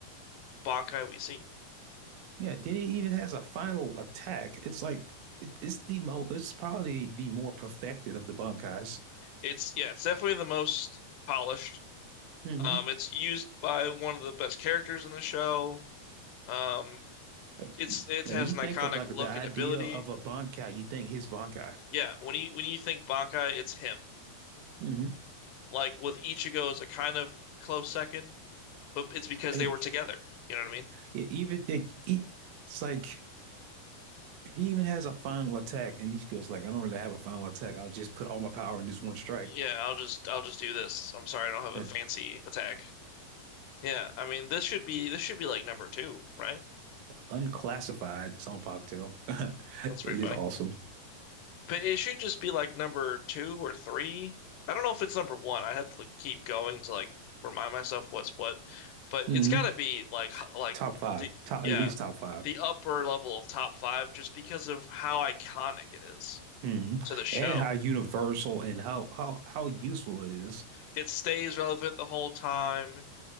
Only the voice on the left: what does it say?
Bankai we see.
It's yeah, it's definitely the most polished.
Um, it's used by one of the best characters in the show. Um,
it's
it has
an
iconic
look
and ability.
Yeah, when you when you think Bankai, it's him.
Like with Ichigo is a kind of close second, but it's because
they were together. You know what I mean?
Yeah, I'll just I'll just do this. I'm sorry, I don't have a
fancy attack. Yeah, I mean this should be this should be like number two, right?
That's pretty
funny.
But it should just be like number two or three. I don't know if it's number one. I have to like, keep going to like remind myself what's what. But
it's got to be like h- like
the
yeah
the upper level of top five just because of how iconic it is
to the show.
It stays relevant the whole time.